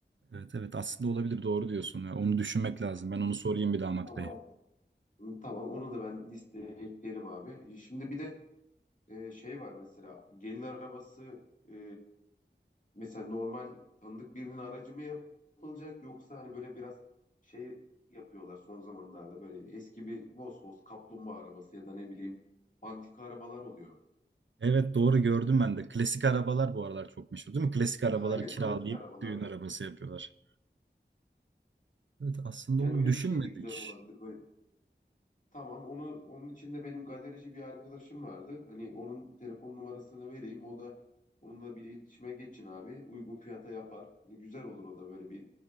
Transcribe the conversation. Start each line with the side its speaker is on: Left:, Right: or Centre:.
Right: Evet evet aslında olabilir doğru diyorsun ya. Onu düşünmek lazım. Ben onu sorayım bir damat
Left: Tamam.
Right: bey.
Left: Tamam onu da ben listeye ekleyelim abi. E, Şimdi bir de Ee, şey var mesela gelin arabası e, mesela normal tanıdık birinin aracı mı yapılacak yoksa hani böyle biraz şey yapıyorlar son zamanlarda böyle eski bir Vosvos kaplumbağa arabası ya da ne bileyim antika arabalar oluyor.
Right: Evet doğru gördüm ben de. Klasik arabalar bu aralar çok meşhur değil mi? Klasik arabaları
Left: Aynen
Right: kiralayıp
Left: klasik arabalardan.
Right: düğün arabası yapıyorlar. Evet aslında
Left: Yani
Right: onu
Left: öyle
Right: düşünmedik.
Left: bir şey de güzel olabilir böyle Tamam onu onun içinde benim galerici bir arkadaşım vardı. Hani onun telefon numarasını vereyim. O da onunla bir iletişime geçin abi. Uygun fiyata yapar. Hani güzel olur o da böyle bir